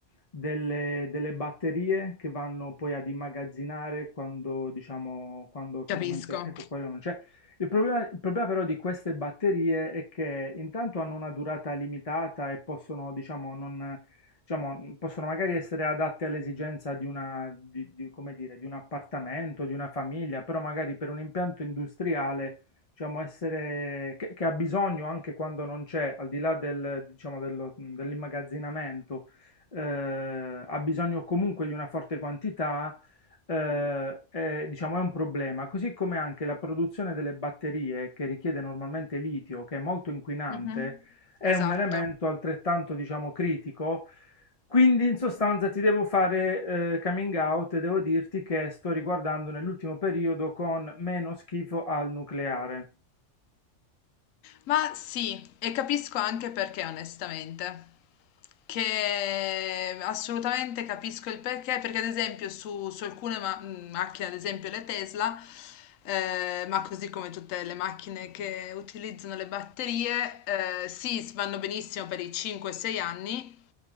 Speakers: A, on the left (about 30°); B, on the left (about 70°).
A: delle- delle batterie che vanno poi ad immagazzinare quando, diciamo, quando chiaramente,
B: capisco.
A: ecco, quello non c'è. Il problema, il problema però di queste batterie è che intanto hanno una durata limitata e possono, diciamo, non, diciamo, possono magari essere adatte all'esigenza di una, di- di- come dire, di un appartamento, di una famiglia, però magari per un impianto industriale diciamo, essere, che, che ha bisogno anche quando non c'è, al di là del, diciamo, dello- dell'immagazzinamento, eh, ha bisogno comunque di una forte quantità, eh, è, diciamo, è un problema. Così come anche la produzione delle batterie, che richiede normalmente litio, che è molto inquinante,
B: Mhm.
A: è
B: Esatto.
A: un elemento altrettanto, diciamo, critico quindi in sostanza ti devo fare eh, coming out e devo dirti che sto riguardando nell'ultimo periodo con meno schifo al nucleare.
B: Ma sì, e capisco anche perché, onestamente. Che assolutamente capisco il perché, perché ad esempio su, su alcune ma- mh, macchine, ad esempio le Tesla, eh, ma così come tutte le macchine che utilizzano le batterie, eh, sì, s- vanno benissimo per i 5-6 anni,